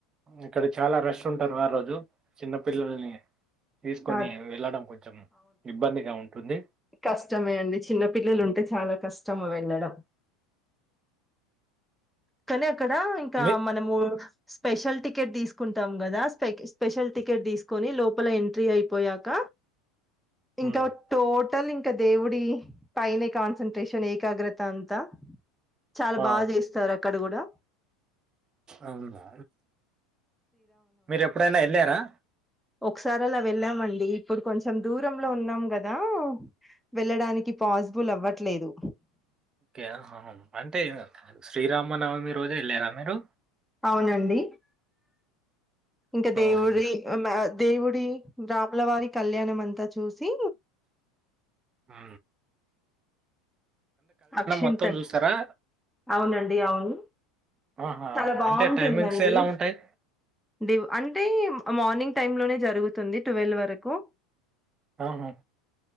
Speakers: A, on the right; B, in the centre.
A: అక్కడ చాలా రష్ ఉంటరు ఆ రోజు చిన్నపిల్లల్ని తీసుకొని
B: ఆ
A: వెళ్ళడం కొంచెం ఇబ్బందిగా ఉంటుంది.
B: కష్టమేఅండి చిన్న పిల్లలు ఉంటే చాలా కష్టం వెళ్ళడం కానీ అక్కడ ఇంకా
A: మీ
B: మనము స్పెషల్ టిక్ కెట్ తీసుకుంటాం కదా స్పెకి స్పెషల్ టికెట్ తీసుకొని లోపల ఎంట్రీ ఐయిపోయాక ఇంకావ్
A: ఉమ్,
B: టోట్ టల్ ఇంక దేవుడి పైనె కాన్సంట్రేషన్ ఏకాగ్రత అంతా చాల
A: ఆ,
B: బాచేస్తారు అక్కడ కూడా
A: అవునా మీరెప్పుడైనా ఎళ్ళారా
B: ఒకసారాల వెళ్ళామండి ఇప్పుడు కొంచెం దూరంలో ఉన్నాం కదా వెళ్లడానికి పాజ్బుల్ అవ్వట్లేదు
A: కె అంటే శ్రీరామనవమి రోజే ఎళ్ళారా మీరు
B: అవునండి ఇంక దేవుడి
A: ఓహో.
B: ఒమాత్ దేవుడి రాపులవారి కళ్యాణం అంతా చూసి
A: ఆ
B: అక్షింతల్
A: మొత్తం చూస్తారా
B: అవునండి అవును
A: ఆహా.
B: చాలా బావుంటుంది
A: అంటే టైమింగ్స్
B: అండీ
A: ఎలా ఉంటాయి
B: దేవ్ అంటే మార్నింగ్ టైం లోనే జరుగుతుంది టువెల్ వరకు
A: ఆహా